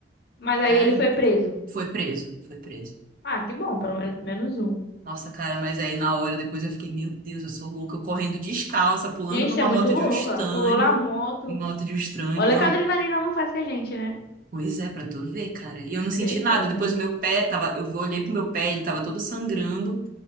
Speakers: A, on the left; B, on the right.
A: Mas aí
B: Cara,
A: ele foi preso.
B: foi preso, foi preso.
A: Ah, que bom, pelo menos menos um.
B: Nossa, cara, mas aí na hora depois eu fiquei, meu Deus, eu sou louca, eu correndo descalça, pulando
A: Gente,
B: numa
A: é muito
B: moto
A: louco,
B: de um estranho,
A: ó. Pulou na moto.
B: moto de um estranho,
A: Olha que a adrenalina não faz com a gente, né?
B: Pois é, pra tu ver, cara. E eu não
A: Misericórdia.
B: senti nada. Depois meu pé tava, eu olhei pro meu pé, ele tava todo sangrando,